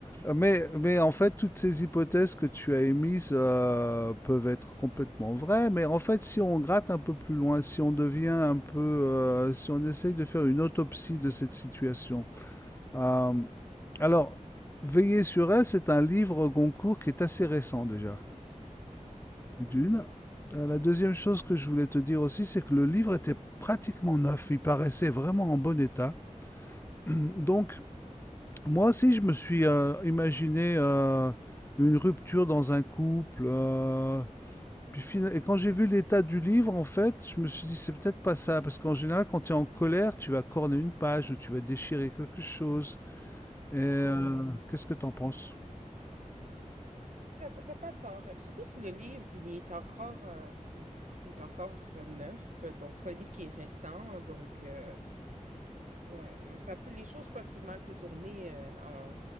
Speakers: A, on the left; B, on the right.
A: Euh, Mais, mais en fait, toutes ces hypothèses que tu as émises euh, peuvent être complètement vraies. Mais en fait, si on gratte un peu plus loin, si on devient un peu, euh, si on essaye de faire une autopsie de cette situation. Euh, alors, Veiller sur elle, c'est un livre Goncourt qui est assez récent déjà.
B: Oh.
A: D'une. Euh, la deuxième chose que je voulais te dire aussi, c'est que le livre était pratiquement neuf. Il paraissait vraiment en bon état. <clears throat> Donc, moi aussi, je me suis euh, imaginé euh, une rupture dans un couple. euh, puis fina- et quand j'ai vu l'état du livre, en fait, je me suis dit, c'est peut-être pas ça. Parce qu'en général, quand tu es en colère, tu vas corner une page ou tu vas déchirer quelque chose. Et euh,
B: Ouais.
A: qu'est-ce que tu en penses?
B: Mhm. T'as t'as pas tort. Surtout si le livre, il est encore, euh, il est encore neuf. Donc, c'est un livre qui est récent. Donc, euh, Ouais, euh, ça peut, les choses peuvent se- mal se tourner euh, en,